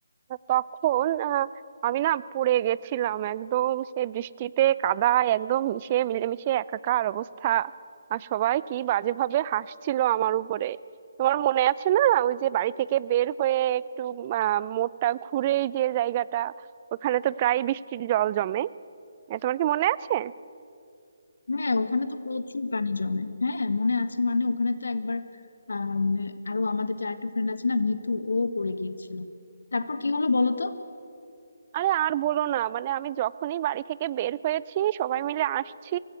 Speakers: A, on the right; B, on the left.
A: তখন আহ, আমি না পড়ে গেছিলাম একদম সে বৃষ্টিতে কাদায় একদম মিশে মিলেমিশে একাকার অবস্থা আর সবাই কি বাজেভাবে হাসছিল আমার উপরে তোমার মনে আছে না ওই যে বাড়ি থেকে বের হয়ে একটু আহ মোড়টা ঘুরেই যে জায়গাটা ওখানে তো প্রায় বৃষ্টির জল জমে এ, তোমার কি মনে আছে
B: হ্যাঁ ওখানে তো প্রচুর পানি জমে হ্যাঁ মনে আছে মানে ওখানে তো একবার আম, আরো আমাদের যে আরেকটা ফ্রেন্ড আছে না মিতু ও পড়ে গিয়েছিল তারপর কি হলো বলো তো
A: আরে আর বলো না মানে আমি যখনই বাড়ি থেকে বের হয়েছি সবাই মিলে আসছি